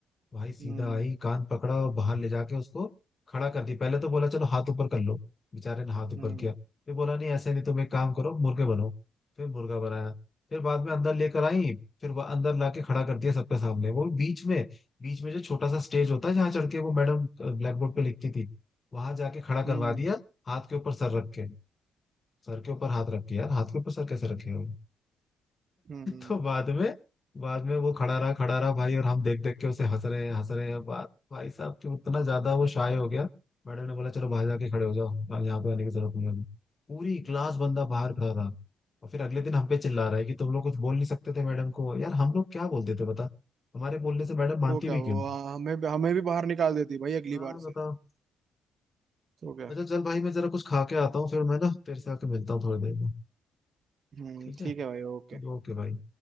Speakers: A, on the left; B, on the right.
A: भाई सीधा
B: हम्म
A: आई कान पकड़ा और बाहर ले जाके उसको खड़ा कर दी पहले तो बोला चलो हाथ ऊपर कर लो बेचारे ने हाथ ऊपर
B: हम्म
A: किया फिर बोला नहीं ऐसे नहीं तुम एक काम करो मुर्गे बनो फिर मुर्गा बनाया फिर बाद में अंदर लेकर आई फिर वह अंदर लाके खड़ा कर दिया सबके सामने वो भी बीच में बीच में जो छोटा सा स्टेज होता है जहाँ चढ़ के वो मैडम ब्लैक बोर्ड पे लिखती थी वहां जाके खड़ा
B: हम्म
A: करवा दिया हाथ के ऊपर सर रख के सर के ऊपर हाथ रख के यार हाथ के ऊपर सर कैसे रखेगा
B: हम्म
A: तो बाद में बाद में वो खड़ा रहा खड़ा रहा भाई और हम देख देख के उसे हंस रहे हैं हंस रहे हैं बात भाई साहब कि उतना ज्यादा वो शाय हो गया मैडम ने बोला चलो बाहर जाके खड़े हो जाओ यहाँ यहाँ पे आने की जरूरत नहीं है पूरी क्लास बंदा
B: हम्म।
A: बाहर खड़ा रहा और फिर अगले दिन हम पे चिल्ला रहा है कि तुम लोग कुछ बोल नहीं सकते थे मैडम को यार हम लोग क्या बोलते थे बता हमारे बोलने से मैडम मानती
B: तो क्या
A: भी
B: हुआ
A: क्यों
B: हमें हमें भी बाहर निकाल देती भाई अगली
A: हाँ
B: बार
A: बताओ
B: से तो क्या
A: अच्छा चल भाई मैं जरा कुछ खा के आता हूँ फिर मैं ना तेरे से आके मिलता हूँ थोड़ी देर में
B: हम्म
A: ठीक
B: ठीक
A: है
B: है भाई
A: चलो
B: ओके
A: ओके भाई